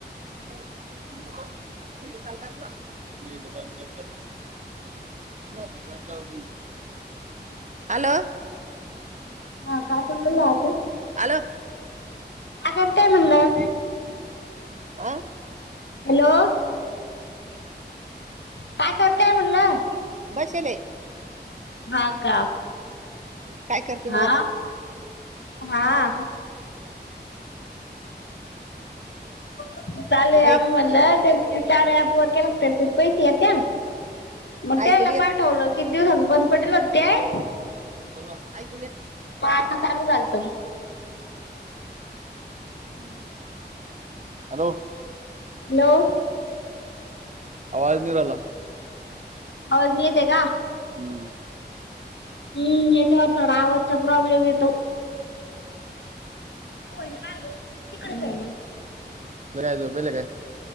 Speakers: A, on the right (about 45°); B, on the left (about 80°).
A: <unintelligible> बर. <unintelligible> हॅलो.
B: हा कायकलेलाहात
A: हॅलो
B: आगरतय म्हणलं.
A: आं
B: हॅलो काय करतेय म्हणलं.
A: बस एलाय.
B: हा का
A: काय करते
B: हा
A: मग आता
B: हा. चालू आहे
A: बाई
B: आम म्हधलं चार अू ववर केला म पैसे या त्या मग त्याला
A: ऐकून येत
B: पाठवलं की दिवसस बंद पडेल होतेय.
A: बोला ऐक
B: पा चालू चालतो. हम्म.
A: हॅलो.
B: हॅलो.
A: आवाज निीरला
B: आवाज नाही येते का?
A: हम्म.
B: हम्म हच्यावर थोडा आवाजचा प्रॉब्लेम येतो. हो ना तिकडे
A: बेजो पेला काय?